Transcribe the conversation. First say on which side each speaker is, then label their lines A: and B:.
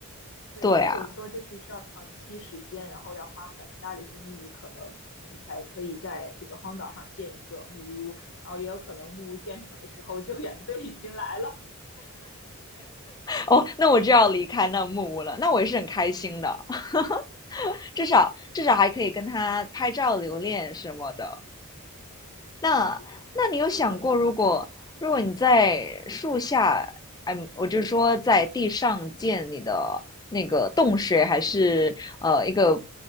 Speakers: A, on the left (about 60°); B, on the left (about 15°).
A: 对，
B: 对啊，
A: 所以我说就是需要长期时间，然后要花很大的精力，可能你才可以在这个荒岛上建一个木屋，然后也有可能木屋建成的时候救援队已经来了。
B: 哦，那我就要离开那木屋了，那我也是很开心的，<laughs> 至少至少还可以跟他拍照留念什么的。那那你有想过，
A: <laughs> 是的，是的，
B: 如果如果你在树下，嗯，我就说在地上建你的那个洞穴，还是呃一个